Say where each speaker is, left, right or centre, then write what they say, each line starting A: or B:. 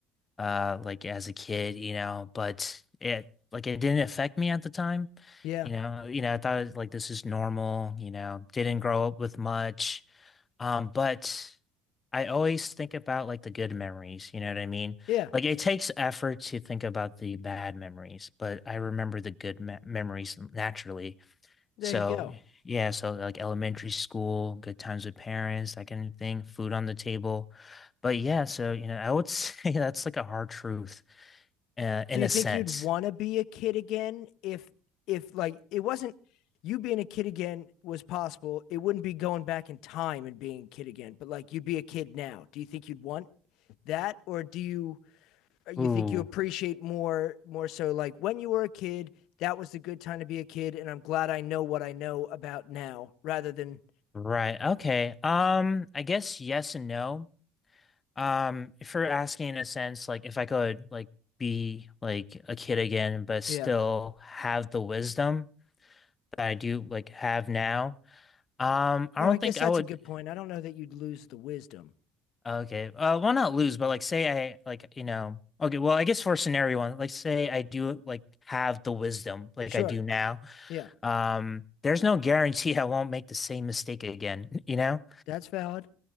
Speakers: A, on the left; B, on the left.
A: uh, like as a kid, you know, but it like it didn't affect me at the time.
B: Yeah.
A: You know, you know, I thought like this is normal, you know, didn't grow up with much. Um, but I always think about like the good memories, you know what I mean?
B: Yeah.
A: Like it takes effort to think about the bad memories, but I remember the good me memories naturally.
B: There
A: So,
B: you go.
A: yeah, so like elementary school, good times with parents, that kind of thing, food on the table. But yeah, so you know, I would <laughs> say that's like a hard truth, uh, in
B: Do you
A: a
B: think
A: sense.
B: you'd want to be a kid again if if like it wasn't you being a kid again was possible. It wouldn't be going back in time and being a kid again, but like you'd be a kid now. Do you think you'd want that or do you or you
A: Ooh,
B: think you appreciate more more so like when you were a kid, that was the good time to be a kid and I'm glad I know what I know about now rather than
A: right. Okay. Um, I guess yes and no. Um, if you're asking in a sense, like if I could like be like a kid again, but still
B: yeah.
A: have the wisdom that I do like have now, um, I
B: Oh,
A: don't
B: I guess
A: think
B: that's
A: I would.
B: a good point. I don't know that you'd lose the wisdom.
A: Okay, uh, well, not lose, but like say I like you know. Okay, well, I guess for scenario one, like say I do like have the wisdom like
B: Sure.
A: I do now.
B: Yeah.
A: Um, there's no guarantee <laughs> I won't make the same mistake again, you know?
B: That's valid.